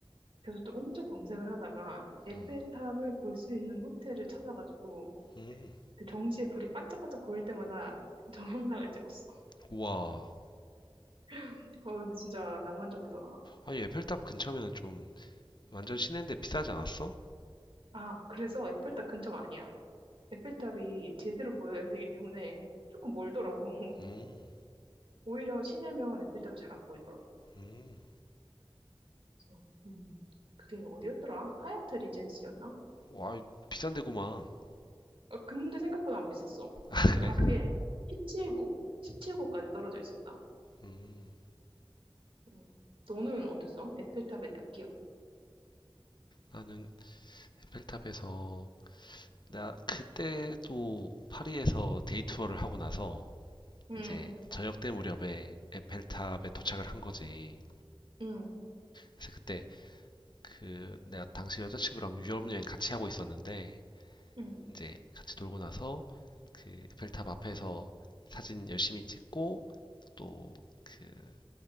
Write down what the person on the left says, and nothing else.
음,
음.
우와.
아니, 에펠탑 근처면은 좀 완전 시내인데 비싸지 않았어?
음,
음.
와, 비싼 데구만.
<laughs>
그래.
음,
나는 에펠탑에서, 나 그때도 파리에서 데이 투어를 하고 나서
이제 저녁 때 무렵에 에펠탑에 도착을 한 거지.
그래서 그때 그 내가 당시 여자친구랑 유럽 여행 같이 하고 있었는데
이제 같이 돌고 나서 그 에펠탑 앞에서 사진 열심히 찍고 또 그